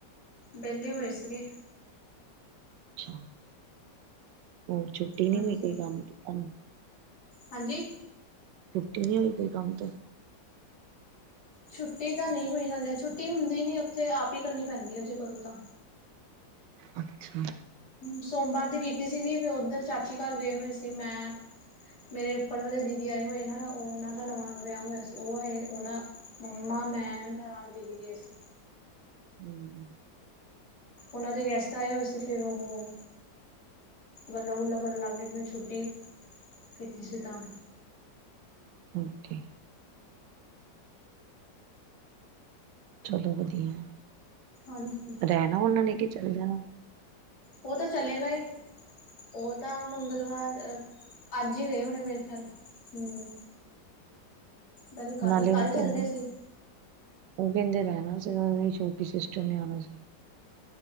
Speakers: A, on the left; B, on the right.
A: ਵਿਹਲੇ ਹੋਏ ਸੀਗੇ।
B: ਅੱਛਾ, ਹੋਰ ਛੁੱਟੀ ਨਹੀਂ
A: ਹਾਂਜੀ
B: ਹੋਈ ਕੋਈ ਕੰਮ ਤੇ ਤੁਹਾਨੂੰ?
A: ਹਾਂਜੀ?
B: ਛੁੱਟੀ ਨਹੀਂ ਹੋਈ ਕੋਈ ਕੰਮ ਤੇ?
A: ਛੁੱਟੀ ਤਾਂ ਨਹੀਂ ਹੋਈ ਹਾਲੇ, ਛੁੱਟੀ ਹੁੰਦੀ ਨੀ ਉੱਥੇ ਆਪ ਹੀ ਕਰਨੀ ਪੈਂਦੀ ਐ ਜੇ ਕਰੋ ਤਾਂ,
B: ਅੱਛਾ।
A: ਸੋਮਵਾਰ ਦੀ ਕੀਤੀ ਸੀਗੀ ਫਿਰ ਉੱਧਰ ਚਾਚੀ ਕਾਰ ਗਏ ਹੋਏ ਸੀ ਮੈਂ ਮੇਰੇ ਉੱਪਰ ਵਾਲੇ ਦੀਦੀ ਆਏ ਹੋਏ ਨਾ, ਉਹਨਾਂ ਦਾ ਨਵਾਂ-ਨਵਾਂ ਵਿਆਹ ਹੋਇਆ ਸੀ, ਉਹ ਹੈ ਉਹਨਾਂ ਮੰਮਾ, ਮੈਂ ਨਾਲ ਦੀਦੀ ਗਏ ਸੀ।
B: ਹੁੰ।
A: ਉਹਨਾਂ ਦੇ ਗੈਸਟ ਆਏ ਹੋਏ ਸੀ, ਫਿਰ ਉਹ ਗੱਲਾਂ ਗੁੱਲਾਂ ਕਰਨ ਲੱਗ ਗੇ ਫੇਰ ਛੁੱਟੀ ਕੀਤੀ ਸੀ ਤਾਂ
B: ਓਕੇ। ਚਲੋ ਵਧੀਆ
A: ਹਾਂਜੀ।
B: ਰਹਿਣਾ ਉਹਨਾਂ ਨੇ ਕਿ ਚੱਲ ਜਾਣਾ?
A: ਉਹ ਤਾਂ ਚਲੇ ਗਏ ਉਹ ਤਾਂ ਮੰਗਲਵਾਰ ਅੱਜ ਹੀ ਗਏ ਹੁਣੇ ਮੇਰੇ ਖਿਆਲ, ਹੁੰ। ਤਾਂ ਨੀ ਕੱਲ,
B: ਨਾਲੇ
A: ਕੱਲ
B: ਉਹ
A: ਚੱਲ ਗਏ ਸੀ?
B: ਉਹ ਕਹਿੰਦੇ ਰਹਿਣਾ ਸੀਗਾ ਉੰਨਾ ਦੀ ਛੋਟੀ ਸਿਸਟਰ ਨੇ ਆਣਾ ਸੀ।